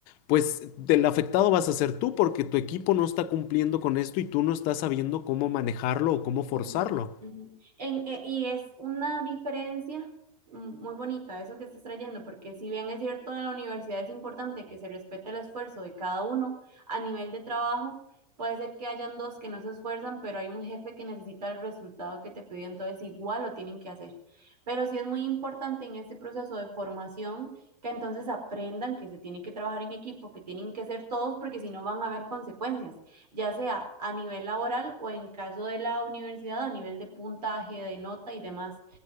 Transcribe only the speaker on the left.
pues del afectado vas a ser tú porque tu equipo no está cumpliendo con esto y tú no estás sabiendo cómo manejarlo o cómo forzarlo.